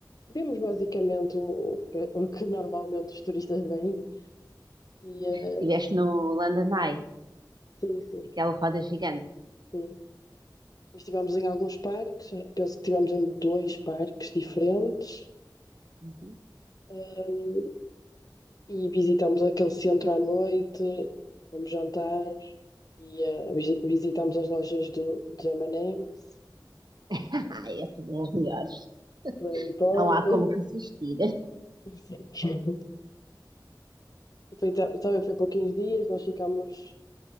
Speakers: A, on the left; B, on the right.
A: vimos basicamente o, o que, o que normalmente os turistas veem e ah,
B: Estiveste no London Eye,
A: sim, sim,
B: aquela roda gigante.
A: sim. Depois estivemos em alguns parques, penso que estivemos em dois parques diferentes,
B: Uhum.
A: hum, e visitamos aquele centro à noite, fomos jantar e eh, visi- visitamos as lojas do, dos M&M's,
B: <laughs> Ai, essas é as melhores.
A: do Harry Potter,
B: Não há como resistir.
A: <laughs> assim. E foi, ta- também foi pouquinhos dias, nós ficámos,